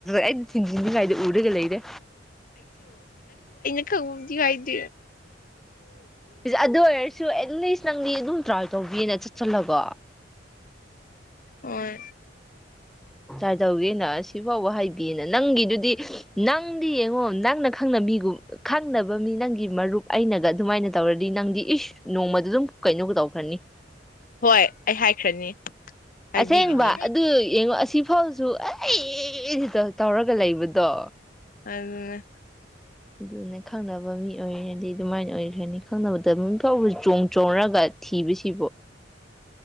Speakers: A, in the centre; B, on the left (about 50°).
A: ꯑꯩꯅ ꯊꯤꯟꯁꯤꯟꯅꯤꯡꯉꯥꯏꯗ ꯎꯔꯒ ꯂꯩꯔꯦ
B: ꯎꯗꯤ ꯋꯥꯏꯗ
A: ꯑꯗꯨ ꯑꯣꯏꯔꯁꯨ ꯑꯦꯠꯂꯤꯁ ꯅꯪꯗꯤ ꯑꯗꯨꯝ ꯇ꯭ꯔꯥ ꯇꯧꯕꯤꯦꯅ ꯆꯠꯁꯤꯜꯂꯒꯣ
B: ꯍꯣꯏ
A: ꯀꯥꯏ ꯇꯧꯒꯦꯅ ꯁꯤꯐꯥꯎꯕ ꯍꯥꯏꯕꯤꯑꯅ ꯅꯪꯒꯤꯗꯨꯗꯤ ꯅꯪꯗꯤ ꯌꯦꯡꯉꯣ ꯅꯪꯅ ꯈꯪꯅ ꯃꯤꯒꯨꯝ ꯈꯪꯅꯕ ꯃꯤ ꯅꯪꯒꯤ ꯃꯔꯨꯞ ꯑꯩꯅꯒ ꯑꯗꯨꯃꯥꯏꯅ ꯇꯧꯔꯗꯤ ꯅꯪꯗꯤ ꯏꯁ ꯅꯣꯡꯃꯗ ꯑꯗꯨꯝ ꯀꯩꯅꯣꯒ ꯇꯧꯈ꯭ꯔꯅꯤ
B: ꯍꯣꯏ ꯑꯩ ꯍꯥꯏꯈ꯭ꯔꯅꯤ ꯍꯥꯏꯕꯤꯒꯅꯤ
A: ꯑꯁꯦꯡꯕ ꯑꯗꯨ ꯌꯦꯡꯉꯣ ꯑꯁꯤꯐꯥꯎꯁꯨ ꯑ ꯑꯩ ꯁꯤꯗ ꯇꯧꯔꯒ ꯂꯩꯕꯗꯣ
B: ꯑꯗꯨ
A: ꯑꯗꯨꯅꯦ ꯈꯪꯅꯕ ꯃꯤ ꯑꯣꯏꯔꯗꯤ ꯑꯗꯨꯃꯥꯏꯅ ꯑꯣꯏꯈ꯭ꯔꯅꯤ ꯈꯪꯅꯕꯗ ꯑꯗꯨ ꯐꯥꯎꯕ ꯆꯣꯡ ꯆꯣꯡꯅꯔꯒ ꯊꯤꯕꯁꯤꯕꯨ